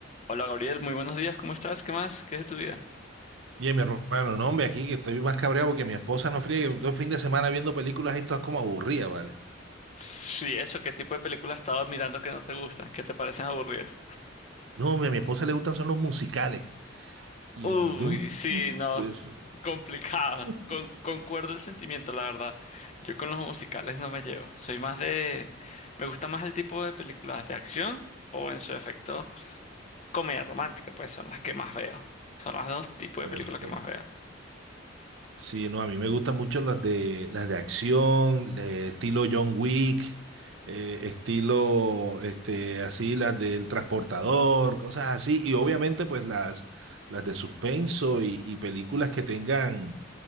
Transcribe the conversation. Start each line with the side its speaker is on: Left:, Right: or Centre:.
Left: Hola Gabriel, muy buenos días, ¿cómo estás? ¿Qué más? ¿Qué es de tu vida?
Right: Y mi hermano, no, hombre, aquí que estoy más cabreado porque mi esposa no fríe. Todo el fin de semana viendo películas y todas como aburridas, ¿vale?
Left: Sí, eso, ¿qué tipo de películas has estado mirando que no te gustan, que te parecen aburridas?
Right: No, hombre, a mi esposa le gustan son los musicales. Y
Left: Uy,
Right: no,
Left: sí, no,
Right: pues,
Left: complicado.
Right: <laughs>
Left: Con, concuerdo el sentimiento, la verdad. Yo con los musicales no me llevo. Soy más de... Me gusta más el tipo de películas de acción o en su efecto comedia romántica, pues son las que más veo. Son los dos tipos
Right: perfecto.
Left: de películas que más veo.
Right: Sí, no, a mí me gustan mucho las de las de acción, de estilo John Wick, eh, estilo este así las del transportador, cosas así y obviamente pues las las de suspenso y, y películas que tengan